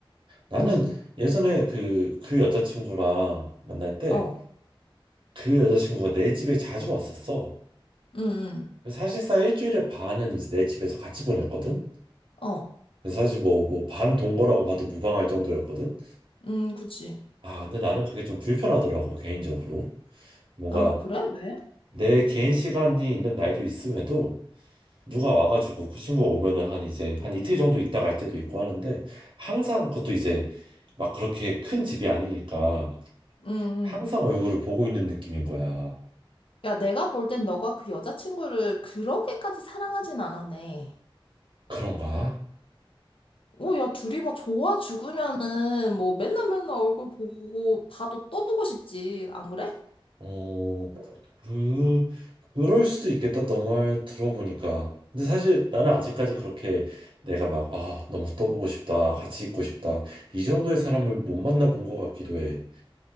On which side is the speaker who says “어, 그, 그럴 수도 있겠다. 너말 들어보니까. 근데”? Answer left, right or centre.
Right